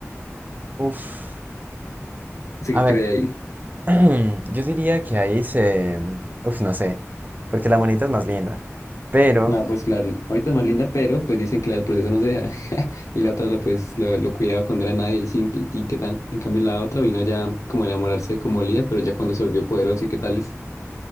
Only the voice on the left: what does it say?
Así
que
cree ahí.
No, pues claro, ahorita es más linda, pero pues dicen que la del proceso no se deja. Y la otra lo, pues, lo, lo cuidaba cuando era nadie y sin que tin, qué tal. En cambio, la otra vino ya como a enamorarse de como Lía, pero ya cuando se volvió poderosa y qué tales.